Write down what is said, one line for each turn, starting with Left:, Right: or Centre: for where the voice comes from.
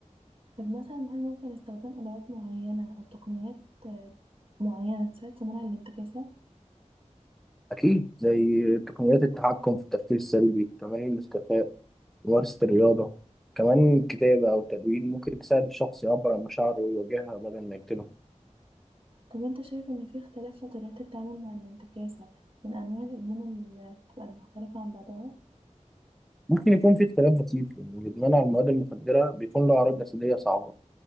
Right: طب مثلا هل ممكن استخدام ادوات معينة او تقنيات آه، معينة تساعد في منع الانتكاسة
Centre: أكيد زي تقنيات التحكم في التفكير السلبي تمارين الاستيفاء ممارسة الرياضة كمان كتابة أو تدوين ممكن تساعد الشخص يعبر عن مشاعره ويواجهها بدل ما يكتمها
Right: طب انت شايف ان في اختلاف في طريقة التعامل مع الانتكاسة من انواع الادمان اللي بتبقى المختلفة عن بعضها
Centre: ممكن يكون في اختلاف بسيط لأن الإدمان على المواد المخدرة بيكون له أعراض جسدية صعبة